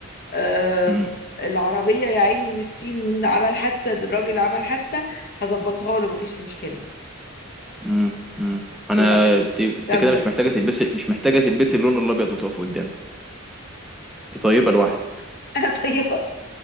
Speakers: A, on the left; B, in the centre.
A: آه،
B: امم
A: العربية يا عيني المسكين عمل حادثة الراجل عمل حادثة هظبطها له مفيش مشكلة
B: امم امم انا
A: ايه رأيك
B: ت- انت
A: جامدة
B: كده مش
A: دي.
B: محتاجه تلبسي مش محتاجه تلبسي اللون الابيض وتقف قدامي انت طيبه لوحدك
A: <laughs> انا طيبة